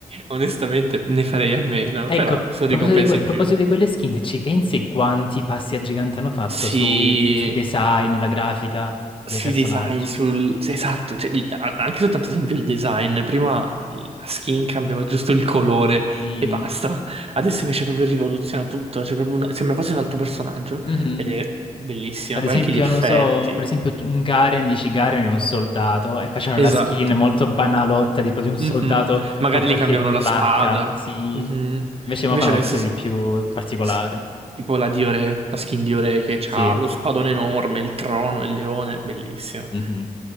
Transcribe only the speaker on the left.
Ecco,
a
proposito
di, que- a
proposito
di quelle skin, se ci pensi quanti passi a gigante hanno fatto
su- sui design, la grafica dei
personaggi?
Sì.
Mhm.
Ad
esempio,
non so, per esempio un Garen, dici Garen è un soldato e facevano
la skin molto banalotta, tipo di un soldato
con qualche
placca,
sì.
Invece mo
fanno
qualcosa di
più particolare,
sì.
Mhm.